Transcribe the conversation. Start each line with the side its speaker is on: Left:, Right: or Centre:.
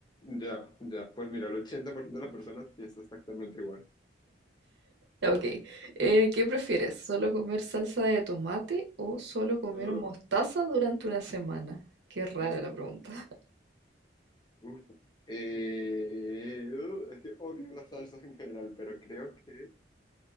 Left: ya, ya. Pues mira, el 80% de las personas piensa exactamente igual.
Right: Ya, Ok, Eh, ¿qué prefieres? ¿Solo comer salsa de tomate o solo comer
Left: Uh,
Right: mostaza durante una semana? Qué rara
Left: mos-
Right: la pregunta.
Left: uf. Eh, uh, es que odio las salsas en general, pero creo que